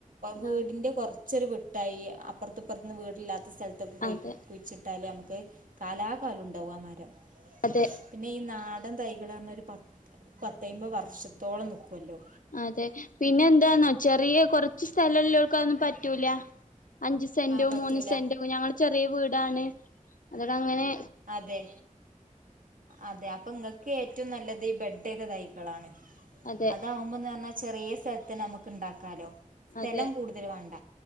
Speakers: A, on the right; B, on the left.
A: വീടിന്റെ
B: ആഹ്
A: കുറ ച്ചെറ വട്ടായി അപ്പുറത്ത്പ്പറത്ത്ന്ന് വീടില്ലാത്ത സ്ഥലത്തൊക്കെ കുഴി
B: അതെ
A: കുഴിച്ചിട്ട് നമുക്ക് കാലാകാലം ഉണ്ടക മരം
B: അതെ
A: പിന്നെ ഈ നാ ടൻതൈകളാകുമ്പോ ഒരു പ പത്തമ്പത് വർഷത്തോളം നൽക്കുവല്ലോ
B: അതെ പിന്നെ ന്താന്നോ ചെറിയെ കൊറച്ച് സ്ഥലല്ലോല്ക്കതൊന്നും പറ്റൂല. അഞ്ച് സെന്റോ
A: ആ പറ്റൂല
B: മൂന്ന് സെന്റോ ഞങ്ങൾ ചെറിയ വീടാണ് അതോട ങ്ങനെ
A: അതെ അതെ അപ്പൊ ഇങ്ങക്കേറ്റും നല്ലത് ബെഡൈത തൈകളാണ്.
B: അതെ
A: അതാവുമ്പോന്ന ർഞ്ഞാ ചെറിയ സ്ഥൽത്തെന്നെ അമ്മക്ക് ണ്ടാക്കാലോ. സ്ഥലം
B: അതെ
A: കൂട്തല് വാണ്ട